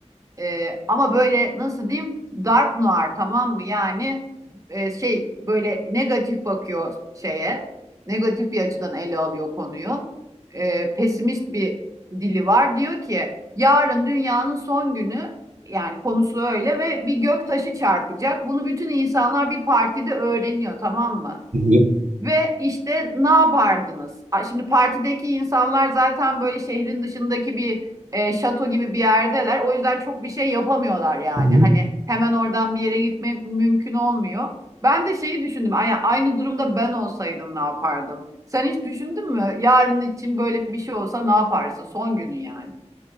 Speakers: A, on the right; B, on the right.
A: Ee, ama böyle nasıl diyeyim? Dark noir tamam mı? Yani e, şey böyle negatif bakıyor şeye. Negatif bir açıdan ele alıyor konuyu. Ee, pesimist bir dili var. Diyor ki yarın dünyanın son günü yani konusu öyle ve bir gök taşı çarpacak. Bunu bütün insanlar bir partide öğreniyor tamam mı?
B: Hı hı,
A: Ve işte ne yapardınız? Şimdi partideki insanlar zaten böyle şehrin dışındaki bir e, şato gibi bir yerdeler. O yüzden çok bir şey yapamıyorlar yani.
B: hı hı.
A: Hani hemen oradan bir yere gitmek mümkün olmuyor. Ben de şeyi düşündüm. Ay- Aynı durumda ben olsaydım ne yapardım? Sen hiç düşündün mü? Yarın için böyle bir şey olsa ne yaparsın? Son günün yani.